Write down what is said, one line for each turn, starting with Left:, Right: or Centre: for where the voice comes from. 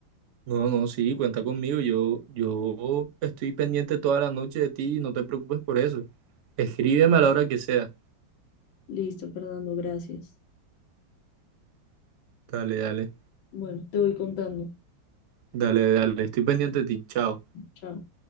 Right: No, no, sí, cuenta conmigo. Yo, yo estoy pendiente toda la noche de ti y no te preocupes por eso. Escríbeme a la hora que sea.
Left: Listo, Fernando, gracias.
Right: Dale, dale,
Left: Bueno, te voy contando.
Right: dale, dale. Estoy pendiente de ti. Chao.
Left: Chao.